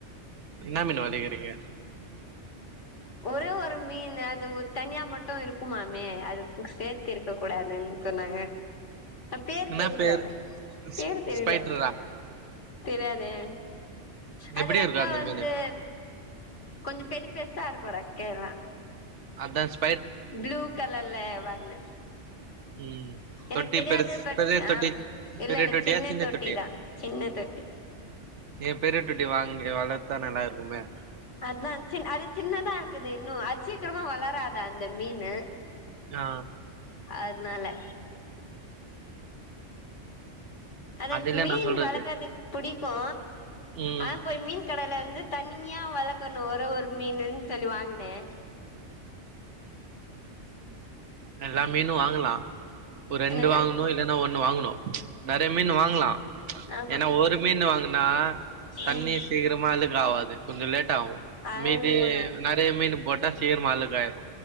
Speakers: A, on the right; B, on the left.
A: என்ன மீனு வளக்குறீங்க
B: ஒரே ஒரு மீன் அது தனியா மட்டும் இருக்குமாமே அது சேர்த்து இருக்க கூடாதுன்னு சொன்னாங்க பேர்
A: என்ன
B: தெரியல
A: பேரு ஸ்
B: பேரு தெரியல
A: ஸ்பைட்ரா
B: தெரியாதே அது
A: எப்டி
B: ரக்கா
A: இருக்கு அந்த
B: வந்து
A: மீனு
B: கொஞ்ச பெரி பெருசா இருக்கு ரெக்கல
A: அதா ஸ்
B: ப்ளூ கலர்ல வாங்குனே
A: ம்
B: எனக்கு
A: தொட்டி
B: தெரியாது
A: பெருஸ்
B: பட்
A: பெரிய
B: ஆ
A: தொட்டி ம்
B: இல்ல
A: பெரிய
B: இல்ல
A: தொட்டியா சின்ன தொட்டி
B: தா சின்ன தொட்டி
A: ஏன் பெரிய தொட்டி வாங்கி வளத்தா நல்லா இருக்குமே
B: அதா சின் அது சின்னதா இருக்குது இன்னு அது சீக்கிரமா வளராதா அந்த மீனு
A: ஆ
B: அதனால அது
A: இல்ல
B: மீன்
A: நா சொல்றது
B: வளக்கறதுக்கு புடிக்கு
A: ம்
B: ஆனா போய் மீன் கடைல வந்து தனிமையா வளக்கணு ஒரே ஒரு மீனுன்னு சொல்லி வாங்குனே
A: எல்லா மீனு வாங்கலா ஒரு ரெண்டு
B: என்னங்க
A: வாங்கணு இல்லன்னா ஒன் ன்னு வாங்கணு நெறைய மீன் வாங்கலா
B: ஆமா
A: ஏன்னா ஒரு மீன் வாங்கு நா தண்ணி
B: ம்
A: சீக்கிரமா அழுக் கு ஆவாது கொஞ்ச லேட் ஆகு
B: ஆமா
A: மீதி நெறைய மீன் போட்டா சீக்கிரமா அழுக்காயிரு